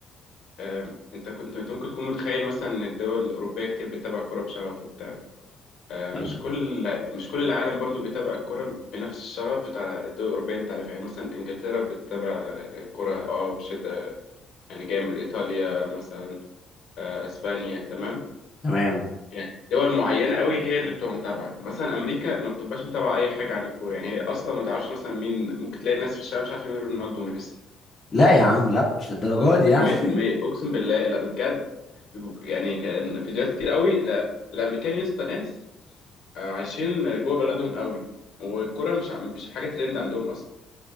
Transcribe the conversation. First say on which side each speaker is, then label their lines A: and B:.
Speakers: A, on the left; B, on the left.
A: آه، انت كنت انت ممكن تكون متخيل مثلا ان الدول الاوروبيه كتير بتتابع كوره بشغف وبتاع آه،
B: تمام
A: مش كل مش كل العالم برضو بيتابع الكوره بنفس الشغف بتاع الدول الاوروبيه انت عارف يعني مثلا انجلترا بتتابع آه، الكوره اه بشده يعني جامد ايطاليا مثلا آه، اسبانيا تمام
B: تمام
A: يعني دول معينه قوي هي اللي بتبقى متابعه مثلا امريكا ما بتبقاش متابعه اي حاجه عن الكوره يعني هي اصلا ما تعرفش مثلا مين ممكن تلاقي الناس في الشارع مش عارفه مين رونالدو وميسي
B: لا يا عم لا مش للدرجه دي يعني
A: 100%
B: <laughs>
A: اقسم بالله لا ده بجد يعني كان فيديوهات كتير قوي لا- الامريكان يا اسطى ناس آه، عايشين جوه بلدهم قوي والكرة مش مش حاجه ترند عندهم اصلا